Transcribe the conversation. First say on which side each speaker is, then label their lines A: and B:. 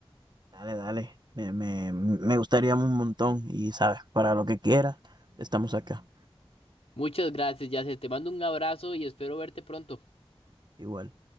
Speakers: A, on the right; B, on the left.
A: Dale, dale. Me, me, me gustaría un montón y sabes, para lo que quieras, estamos acá.
B: Muchas gracias, Yasser. Te mando un abrazo y espero verte pronto.
A: Igual.